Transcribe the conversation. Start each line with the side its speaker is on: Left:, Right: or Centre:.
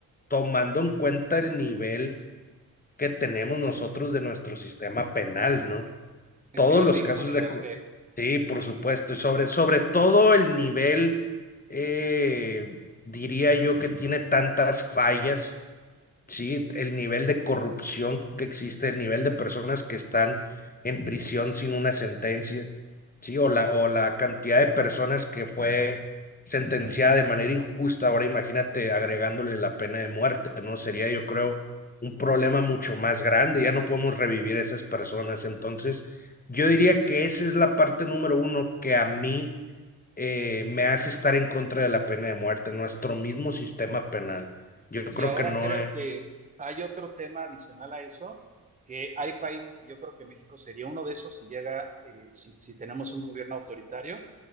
Left: tomando en cuenta el nivel que tenemos nosotros de nuestro sistema penal, ¿no?
Right: el
Left: todos
Right: nivel
Left: los
Right: de impunidad
Left: casos de... acu-
Right: que hay.
Left: Sí, por
Right: Ujú.
Left: supuesto, y sobre, sobre todo el nivel, eh, diría yo que tiene tantas fallas, sí, el nivel de corrupción que existe, el nivel de personas que están en prisión sin una sentencia, sí, o la, o la cantidad de personas que fue sentenciada de manera injusta. Ahora imagínate agregándole la pena de muerte, ¿no? Sería, yo creo, un problema
Right: Sí.
Left: mucho más grande. Ya no podemos revivir a esas personas. Entonces, yo diría que esa es la parte número uno que a mí eh, me hace estar en contra de la pena de muerte, nuestro mismo sistema penal. Yo
Right: Y
Left: creo
Right: ahora
Left: que no
Right: creo
Left: es
Right: que hay otro tema adicional a eso, que hay países, y yo creo que México sería uno de esos si llega, eh, si, si tenemos un gobierno autoritario,